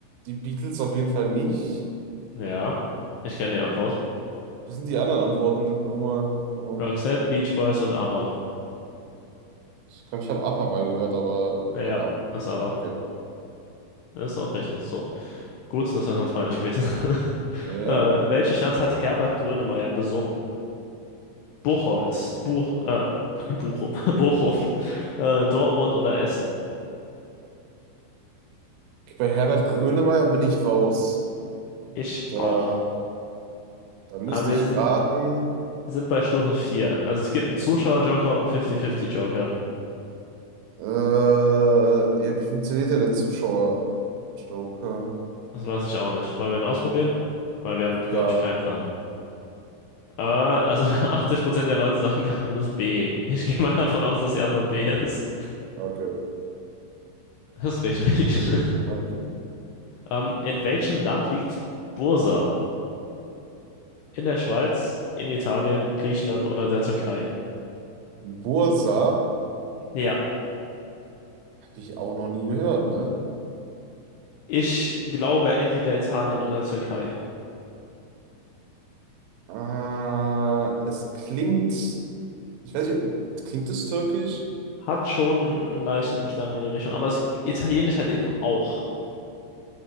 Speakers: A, on the right; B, on the left.
A: Die Beatles auf jeden Fall nicht.
B: Ja, ich kenne die Antwort.
A: Was sind die anderen Antworten? Nur mal, nur
B: Roxette,
A: mal.
B: Beach Boys und ABBA.
A: Ich glaube, ich habe ABBA mal gehört, aber
B: Ja,
A: keine Ahnung.
B: ist ABBA.
A: Okay.
B: Ist auch richtig. So. Gut, das wäre sonst peinlich gewesen. <laughs>
A: Ja.
B: Äh, welche Stadt hat Herbert Grönemeyer besungen? Buchholz, Buch, äh, <laughs> Bochum, <laughs> Bochum, äh, Dortmund oder Essen?
A: Bei Herbert Grönemeyer bin ich raus.
B: Ich
A: Da,
B: auch.
A: da müsste
B: Aber wir
A: ich
B: sind,
A: raten.
B: sind bei Stufe 4. Also es gibt einen Zuschauer-Joker und einen 50-50-Joker.
A: Äh, ja, wie funktioniert denn der Zuschauer? Joker.
B: Das weiß ich auch nicht. Wollen wir ihn ausprobieren? Weil wir haben, glaube
A: Ja,
B: ich, keinen Plan. Äh, also <laughs> 80% der Leute sagen, die Antwort ist B. Ich gehe mal davon aus, dass die Antwort B ist.
A: okay,
B: Das ist richtig. <laughs>
A: okay.
B: Ähm, in welchem Land liegt Bursa? In der Schweiz, in Italien, Griechenland oder der Türkei?
A: Bursa
B: Ja,
A: habe ich auch noch nie gehört, ne?
B: ich glaube entweder Italien oder Türkei.
A: Äh, es klingt, ich weiß nicht, klingt es türkisch?
B: Hat schon einen leichten Klang in die Richtung, aber das Italienisch halt eben auch.